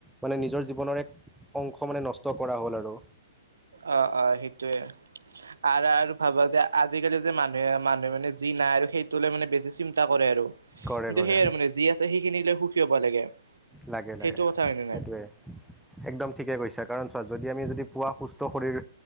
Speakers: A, in the centre; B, on the right (about 85°).
A: মানে নিজৰ জীৱনৰ এক অংশ মানে নষ্ট কৰা হ'ল আৰু
B: অহ অহ সেইটোৱে আৰু আৰু ভাবা যে আজিকালি যে মানুহে মানুহে মানে যি নাই আৰু সেইটোলে মানে বেছি চিন্তা কৰে আৰু কিন্তু
A: কৰে কৰে
B: সেই আৰু মানে যি আছে সেইখিনি লৈ সুখী হ'ব লাগে।
A: লাগে
B: সেইটো
A: লাগে
B: কথা হয়নে
A: সেইটোৱে
B: নাই?
A: একদম ঠিকে কৈছা কাৰণ চোৱা যদি আমি যদি। পোৱা সুস্থ শৰীৰ